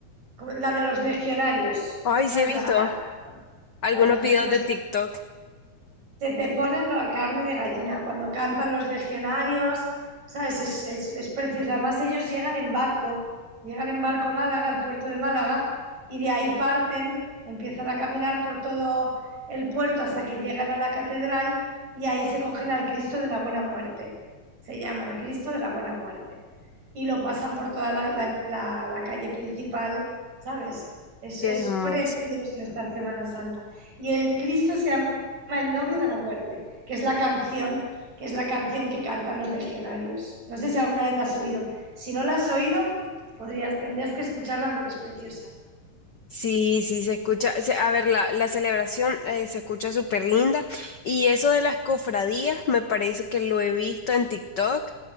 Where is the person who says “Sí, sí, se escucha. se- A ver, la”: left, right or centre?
Left